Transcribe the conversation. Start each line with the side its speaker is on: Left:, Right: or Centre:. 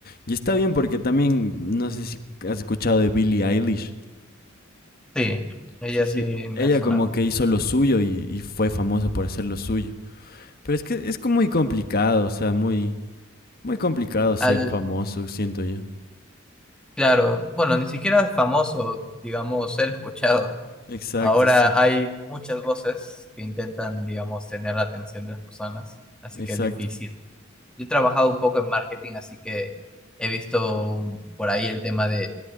Left: Y está bien porque también, no sé si has escuchado de Billie Eilish.
Centre: Sí, ella
Left: Sí, sí.
Centre: sí me
Left: Ella
Centre: ha sonado.
Left: como que hizo lo suyo y, y fue famosa por hacer lo suyo. Pero es que es como muy complicado, o sea, muy... Muy complicado ser
Centre: Al,
Left: famoso, siento yo.
Centre: claro, bueno, ni siquiera es famoso, digamos, ser escuchado.
Left: Exacto,
Centre: Ahora
Left: sí,
Centre: hay muchas voces que intentan, digamos, tener la atención de las personas, así
Left: exacto.
Centre: que es difícil. Yo he trabajado un poco en marketing, así que he visto por ahí el tema de